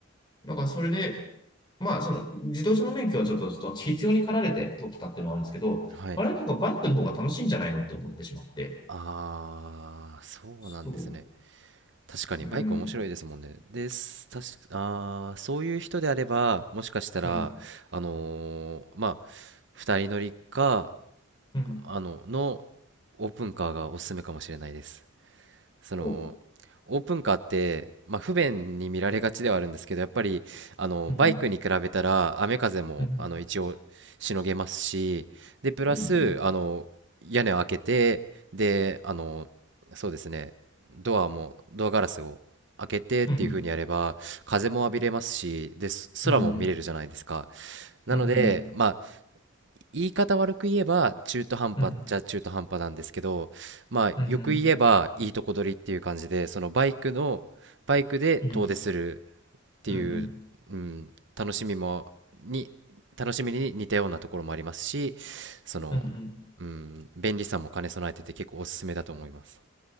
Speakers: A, on the left (about 25°); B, on the right (about 65°).
A: だからそれで、まあ、その、自動車の免許はちょっと、ちょっと必要に駆られて取ってたっていうのはあるんですけど、
B: はい。
A: 我々とかバイクの方が楽しいんじゃないのって思ってしまって。
B: ああー、そうなんですね。
A: そ
B: 確かにバイク面白いですもんね。
A: う。うん、
B: です、確か、あー、そういう人であれば、もしかしたら、
A: うん、
B: あのーまあ、二人乗りか、
A: うん、
B: あの、のオープンカーがおすすめかもしれないです。その
A: お、
B: オープンカーって、まあ、不便に見られがちではあるんですけどやっぱりあのバイクに比べたら雨風もあの一応しのげますしでプラスあの屋根を開けてであのそうですねドアもドアガラスを開けてっていう風にやれば風も浴びれますしで空も見れるじゃないですか
A: うん、うん、うん、うん、うん、うん、うん、
B: なので、
A: うん、うん、
B: まあ、言い方悪く言えば中途半端っちゃ中途半端なんですけど、
A: うん、
B: まあ、
A: うん、
B: よく言えばいいとこ取りっていう感じで、
A: うん、
B: そのバイクの、バイクで遠出する
A: うん、
B: っていう、
A: うん、
B: うん、楽しみも、に、楽しみに似たようなところもありますし、その、
A: うん、うん。
B: うん、便利さも兼ね備えてて結構おすすめだと思います。